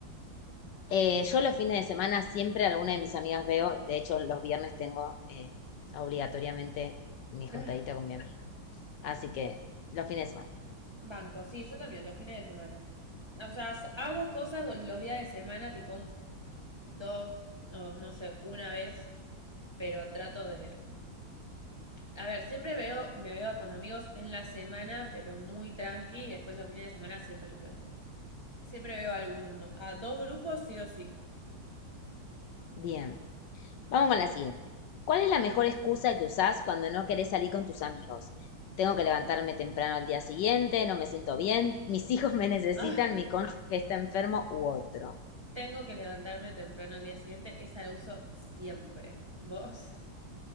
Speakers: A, on the left; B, on the right.
A: Eh, yo los fines de semana siempre a alguna de mis amigas veo, de hecho los viernes tengo eh, obligatoriamente mi juntadita
B: Ah,
A: con mi amiga, así que los fines de semana.
B: Banco, sí, yo también, los fines de semana. O sea, s- hago cosas los días de semana, tipo un- dos, o no sé, una vez, pero trato de... A ver, siempre veo, me veo con amigos en la semana, pero muy tranqui, y después los fines de semana siempre los veo. Siempre veo algún, a dos grupos sí o sí.
A: Bien. Vamos con la siguiente. ¿Cuál es la mejor excusa que usás cuando no querés salir con tus amigos? Tengo que levantarme temprano al día siguiente, no me siento bien, <laughs> mis hijos me necesitan,
B: Ah,
A: mi cónyuge está enfermo u otro.
B: tengo que levantarme temprano al día siguiente, esa la uso siempre. ¿Vos?